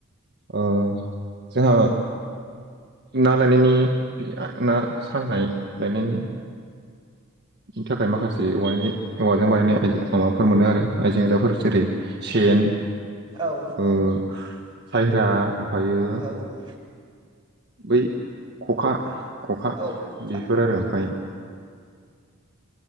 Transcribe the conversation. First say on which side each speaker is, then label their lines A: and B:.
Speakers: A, on the right (about 50°); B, on the right (about 20°).
A: ओ जोङो ना लायनायनि ना सानाय लायनायनि बिनि थाखाय माखासे औवानि औवाजों बानायनाय माबाफोर मोनो आरो आइजें आयलाफोर जेरै सेन
B: औ
A: ओ साइरा ओमफ्रायो
B: औ
A: बै खखा <unintelligible> खखा
B: औ खखा
A: बिफोर
B: खखा
A: आरो ओमफ्राय